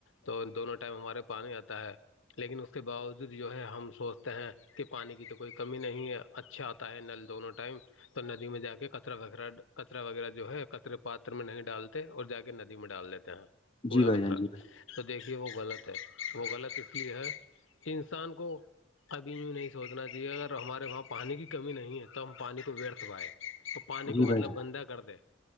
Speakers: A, on the left; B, on the left.
A: تو دونوں ٹائم ہمارے پانی آتا ہے لیکن اس کے باوجود جو ہے ہم سوچتے ہیں کہ پانی کی تو کوئی کمی نہیں ہے اچھا آتا ہے نل دونوں ٹائم تو ندی میں جا کے کچرا وغیرہ کچرا وغیرہ جو ہے کچرے پات میں نہیں ڈال اور جا کے ندی میں ڈال دیتے ہیں کوڑا
B: جی بھائی
A: کترا
B: جان جی بھائی
A: تو دیکھیے وہ غلط ہے وہ غلط اس لیے ہے کہ انسان کو کبھیوں نہیں سوچنا چاہیے اگر ہمارے وہاں پانی کی کمی نہیں ہے تو ہم پانی کو بیرتھ پائےیں وہ پانی کو
B: جی بھائی
A: مطلب
B: جان
A: گندا کر دے